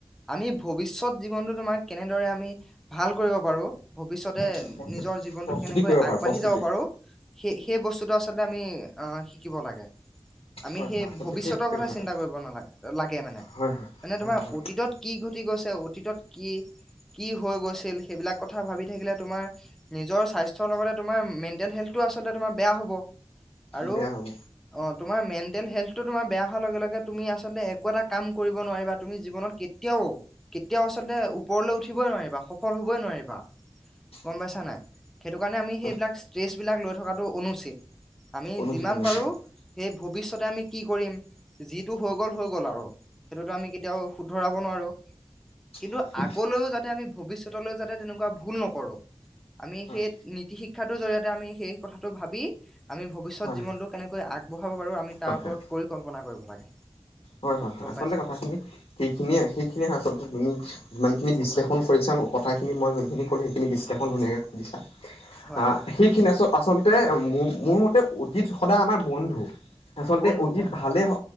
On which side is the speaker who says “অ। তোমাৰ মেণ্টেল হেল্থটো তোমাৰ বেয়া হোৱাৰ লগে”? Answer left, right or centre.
Centre